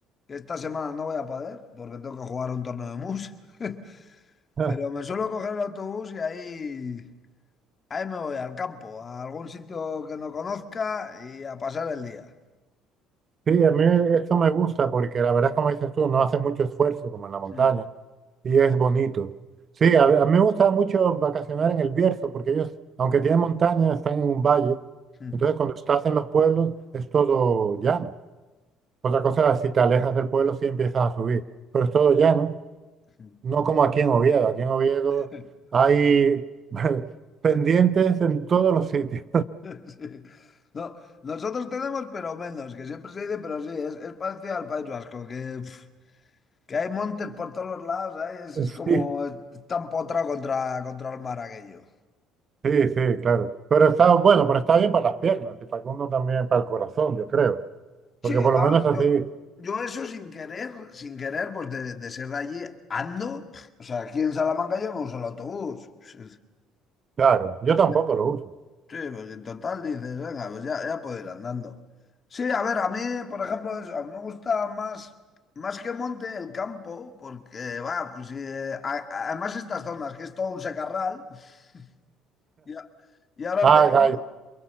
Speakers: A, on the left; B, on the right.
A: que esta semana no voy a poder porque tengo que jugar un torneo de mus, <laughs>
B: <laughs>
A: pero me suelo coger el autobús y ahí, ahí me voy al campo, a algún sitio que no conozca y a pasar el día.
B: Sí, a mí esto me gusta porque la verdad es como dices tú, no hace mucho esfuerzo como en la montaña
A: Mm,
B: y es
A: mm,
B: bonito. Sí, a, a mí me gusta mucho vacacionar en el Bierzo porque ellos, aunque tienen montaña, están en un valle.
A: mm,
B: Entonces cuando estás en los pueblos es todo llano. Otra cosa es si te alejas del pueblo sí empiezas a subir, pero es todo llano,
A: mm,
B: no como aquí en Oviedo. Aquí en Oviedo
A: mm.
B: hay <laughs> pendientes
A: <laughs>
B: en todos los sitios.
A: <laughs> Sí. No, nosotros tenemos, pero menos, que siempre se dice, pero sí, es, es parecido al País Vasco, que, pf, que hay montes por todos los lados, ahí Es,
B: <laughs>
A: es como
B: Sí,
A: está empotrado contra, contra el mar aquello.
B: Sí, sí, claro. Pero está bueno, pero está bien para las piernas y para que uno también, para el corazón, yo creo. Porque
A: Sí,
B: por lo
A: a
B: menos
A: ver,
B: así,
A: yo, yo eso sin querer, sin querer, pues de, de ser de allí, ando. pf, O sea, aquí en Salamanca yo me uso el autobús. Sí,
B: claro, yo tampoco
A: sí.
B: lo uso.
A: Sí, porque en total dices, venga, pues ya, ya puedo ir andando. Sí, a ver, a mí, por ejemplo, eso, a mí me gusta más, más que monte el campo, porque, va, pues sí, eh, a- a- además estas zonas, que es todo un secarral, <laughs> y, a- y ahora
B: Ah,
A: en verano
B: gay,